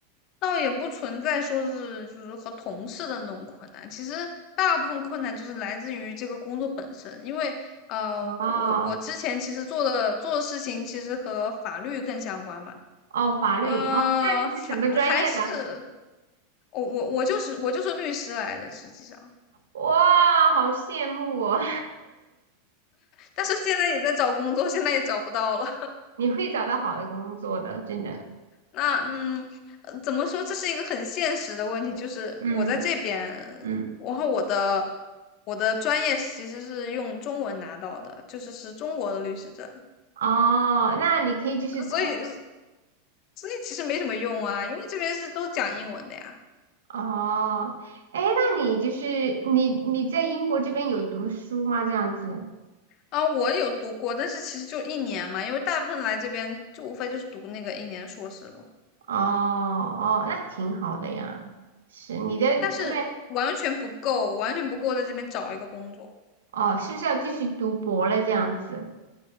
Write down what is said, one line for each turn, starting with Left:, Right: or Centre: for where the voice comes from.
Left: 倒也不存在说是就是和同事的那种困难，其实大部分困难就是来自于这个工作本身，因为呃，
Right: 哦
Left: 我我之前其实做的做的事情其实和法律更相关嘛，
Right: 哦，法律哦，
Left: 呃，
Right: 那你是什么专业的？
Left: 还还是我我我就是我就是律师来的，实际上，
Right: 哇，好羡慕我，
Left: 但是现在也在找工作，现在也找不到了。
Right: <laughs> 你会找到好的工作的，真的。
Left: 那嗯，呃怎么说？这是一个很现实的问题，就是我在这边，
Right: 嗯嗯，
Left: 然后我的我的专业其实是用中文拿到的，就是是中国的律师证，
Right: 哦，那你可以就是通。
Left: 所以所以其实没什么用啊，因为这边是都讲英文的呀。
Right: 哦，哎，那你就是你你在英国这边有读书吗？这样子？
Left: 啊，我有读过，但是其实就一年嘛，因为大部分来这边就无非就是读那个一年硕士了，
Right: 哦哦，那挺好的呀。是你在这边
Left: 但是完全不够，完全不够在这边找一个工作。
Right: 哦，是不是要继续读博了？这样子？